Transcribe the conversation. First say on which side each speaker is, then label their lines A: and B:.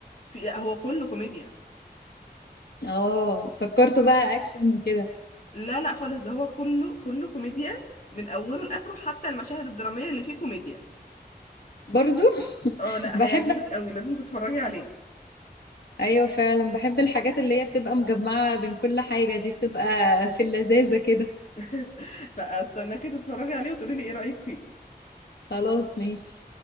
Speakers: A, on the left (about 50°); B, on the left (about 80°).
A: في لا هو كله كوميديا
B: اه فكرته بقى اكشن وكده
A: لا لا خالص ده هو كله كله كوميديا من اوله لاخره حتى المشاهد الدراميه اللي فيه كوميديا
B: برضو <laughs>
A: اه لا
B: بحب
A: هيعجبك قوي لازم تتفرجي عليه
B: ايوه فعلا بحب الحاجات اللي هي بتبقى مجمعة بين كل حاجة دي بتبقى في اللذاذة كده
A: <laughs> لا استناكي تتفرجي عليه وتقولي لي ايه رايك فيه
B: خلاص ماشي